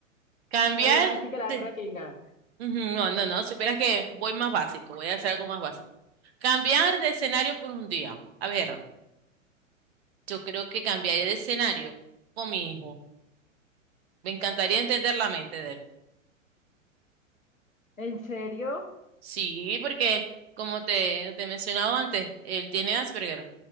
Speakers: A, on the right (about 50°); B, on the left (about 85°).
A: Cambiar
B: Ah, Así
A: de...
B: que la reina.
A: Ujú, No, no, no, supieras que voy más básico, voy a hacer algo más básico. Cambiar de escenario por un día. A ver. Yo creo que cambiaría de escenario con mi hijo. Me encantaría entender la mente de él.
B: ¿En serio?
A: Sí, porque como te, te he mencionado antes, él tiene Asperger.